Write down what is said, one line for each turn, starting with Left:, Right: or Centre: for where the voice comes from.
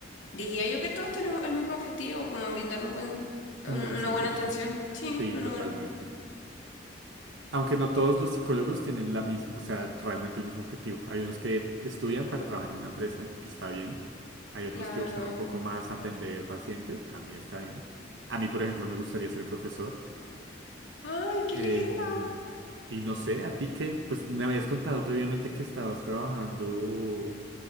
Left: Diría yo que todos tenemos el mismo objetivo, como brindar un buen, un-
Right: un buen
Left: una
Right: servicio.
Left: buena atención. Sí,
Right: Sí,
Left: una
Right: totalmente.
Left: buena.
Right: Aunque no todos los psicólogos tienen la misma, o sea, realmente el mismo objetivo. Hay unos que estudian para trabajar en una empresa, que está bien. Hay otros
Left: Claro.
Right: que buscan un poco más atender pacientes, también está bien. A mí, por ejemplo, me gustaría ser profesor.
Left: Ay, qué
Right: Em,
Left: lindo.
Right: y no sé, a ti que, pues me habías contado previamente que estabas trabajando